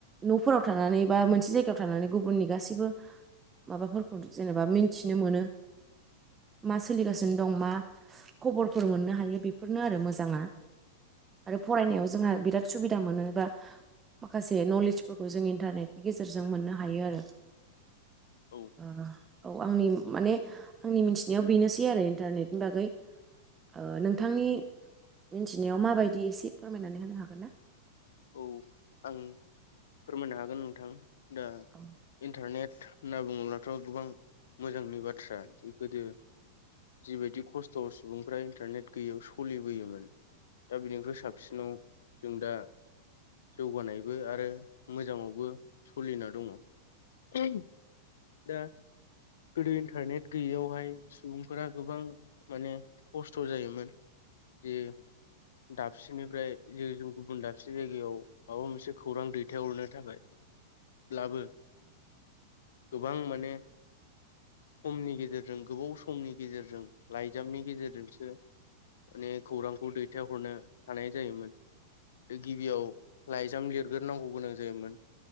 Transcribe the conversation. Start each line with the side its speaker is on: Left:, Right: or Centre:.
Right: न'फोराव थानानै बा मोनसे जायगायाव थानानै गुबुननि गासैबो माबाफोरखौ जेनोबा मिनथिनो मोनो मा सोलिगासिनो दं मा खबरफोर मोननो हायो बेफोरनो आरो मोजाङा आरो फरायनायाव जोंहा बिराद सुबिदा मोनो बा माखासे नलेज फोरखौ जों इन्टारनेटनि गेजेरजों मोननो हायो आरो।
Left: औ
Right: ओ औ आंनि माने आंनि मिथिनायाव बेनोसै आरो इन्टारनेटनि बागै। ओ नोंथांनि मिथिनायाव माबायदि एसे फोरमायनानै होनो हागोन ना?
Left: औ आं फोरमायनो हागोन नोंथां दा
Right: औ
Left: इन्टारनेट होनना बुङोब्लाथ' गोबां मोजांनि बाथ्रा जे गोदो जिबायदि खस्थ' सुबुंफ्रा इन्टारनेट गैयैयाव सोलिबोयोमोन दा बिनिखफ्राय साबसिनाव जों दा जौगानायबो आरो मोजाङावबो स'लिना दङ। <unintelligible> दा गोदो इन्टारनेट गैयैयावहाय सुबुंफोरा गोबां माने खस्थ' जायोमोन। जे दाबसेनिफ्राय जे जों गुबुन दाब मोनसे जायगायाव माबा मोनसे खौरां दैथायहरनो थाखाय ब्लाबो गोबां माने समनि गेजेरजों गोबाव समनि गेजेरजों लाइजामनि गेजेरजोंसो माने खौरांखौ दैथायहरनो हानाय जायोमोन। गिबियाव लाइजाम लिरग्रोनांगौ गोनां जायोमोन